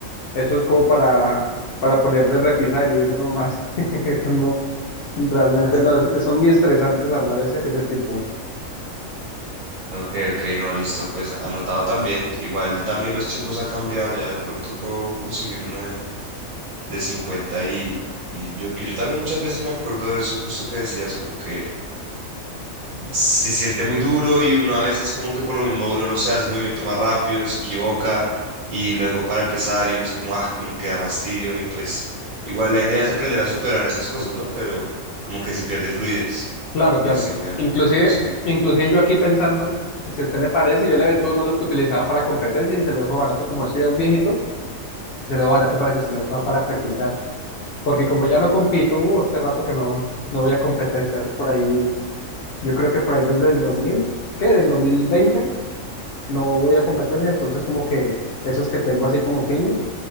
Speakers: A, on the left; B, on the right.
A: eso es como para, para poner de repisa de libros nomás. <laughs> Eso no, Realmente
B: Ajá.
A: no, es- son muy estresantes armar ese, ese tipo.
B: Ok, ok, no, listo. Pues anotado también. Igual también los tiempos han cambiado. Ya de pronto puedo conseguir uno de, de 50 y, y yo, que yo también muchas veces me acuerdo de eso justo que decías, como que se siente muy duro y uno a veces como que por lo mismo duro no se hace el movimiento más rápido, se equivoca y luego para empezar y uno es como, ah, como que da fastidio y pues igual la idea es aprender a superar esas cosas, ¿no? Pero como que se pierde fluidez.
A: Claro,
B: Entonces
A: claro.
B: sí voy a
A: Inclusive,
B: conseguir uno.
A: inclusive yo aquí pensando, si a usted le parece, yo le vendo uno de los que utilizaba para competencia y se lo dejo barato, como eso ya es viejito, se lo dejo barato para que usted lo pueda para practicar. Porque como ya no compito, uh, hace rato que no, no voy a competencia, hace por ahí, yo creo que por ahí desde el 2000, ¿qué? Del 2020 no voy a competencia, entonces como que esos que tengo así como finos